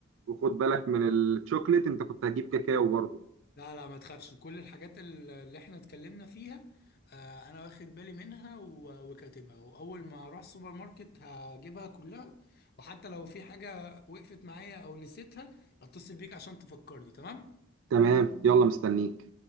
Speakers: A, on the right (about 75°); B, on the left (about 50°).
A: وخد بالك من الشوكليت انت كنت هتجيب كاكاو برضه
B: لا لا ما تخافش كل الحاجات ال- اللي احنا اتكلمنا فيها آه انا واخد بالي منها و- وكاتبها واول ما اروح السوبر ماركت هجيبها كلها وحتى لو في حاجه وقفت معايا او نسيتها هتصل بيك عشان تفكرني تمام
A: تمام يلا مستنيك